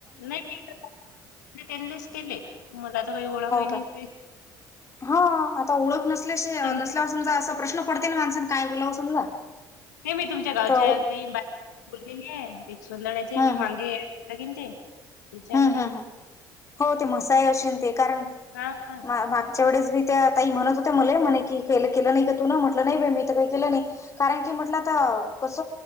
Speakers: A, on the left; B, on the left.
A: नाही त्यांलेच केले. मला तर काही ओळखही नाही
B: का
A: काही.
B: हो आता ओळख नसल्या
A: तुमच्या
B: नसल्याअसं समजा असा प्रश्न पडते ना माणसना काय बोलाव समजा.
A: नाही मी तुमच्या गावच्या
B: तर
A: काही बोललेली एक सोंदरा्याचे
B: हम्म
A: बी
B: हम्म
A: मांगे कीन ते तिच्यांदी
B: हम्म हम्म हम्म हो ते म्हसाय आशें ते कारण
A: हा हा.
B: मागच्या वेळेस बी त्या ताई म्हणत होत्या मले म्हणे की के केलं नाही का तू न? म्हटलं नाही मी त काही केलं नाही. कारण की म्हटलं आता कस